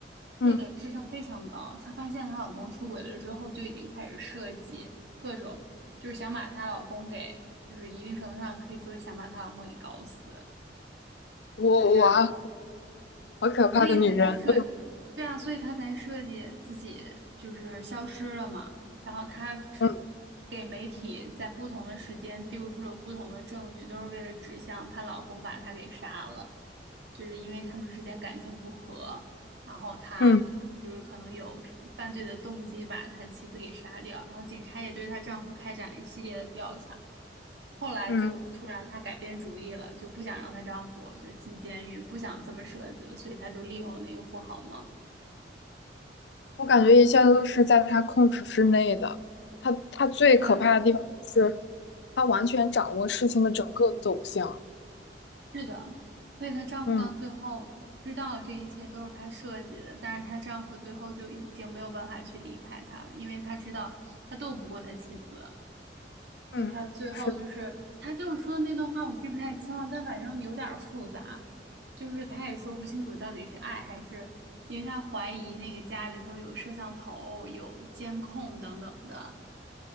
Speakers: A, on the left; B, on the right.
A: 嗯
B: 是的，智商非常高。她发现她老公出轨了之后，就已经开始设计各种，就是想把她老公给，就是一定程度上可以说想把她老公给搞死。
A: 我我啊，
B: 就是
A: 好可怕的女人！
B: 所以他才设，对啊，所以他才设计自己就是消失了嘛。然后他只
A: 嗯
B: 给媒体在不同的时间丢出了不同的证据，都是为了指向她老公把她给杀了，就是因为他们之间感情不和，然后他就是可能有犯罪的动机把他妻子给杀掉，
A: 嗯，
B: 然后警察也对她丈夫开展了一系列的调查。后来就突然她改变主意了，
A: 嗯，
B: 就不想让她丈夫就进监狱，不想这么设计了，所以她就利用了那个富豪嘛。
A: 我感觉一切都是在她控制之内的。她她最可怕的地方是，
B: 所以她
A: 她完全掌握事情的整个走向。
B: 是的，所以她丈夫到最后知道这一切都是她设计的，
A: 嗯
B: 但是她丈夫最后就已经没有办法去离开她了，因为她知道他斗不过他妻子，
A: 嗯，
B: 所以他最后就是他就是说的那段话，
A: 是的
B: 我记不太清了，但反正有点儿复杂，就是他也说不清楚到底是爱还是，因为他怀疑那个家里头有摄像头、有监控等等的。